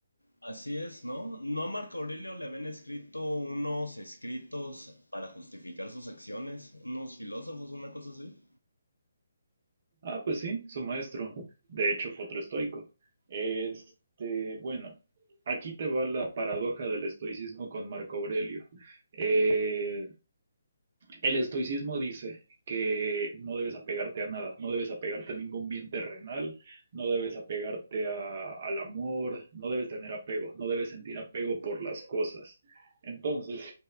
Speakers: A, on the left; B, on the right.
A: Así es, ¿no? ¿No a Marco Aurelio le habían escrito unos escritos para justificar sus acciones? ¿Unos filósofos, una cosa así?
B: Ah, pues sí, su maestro. De hecho, fue otro estoico. Este, bueno, aquí te va la paradoja del estoicismo con Marco Aurelio. Eh, el estoicismo dice que no debes apegarte a nada, no debes apegarte a ningún bien terrenal, no debes apegarte a- al amor, no debes tener apego, no debes sentir apego por las cosas. Entonces,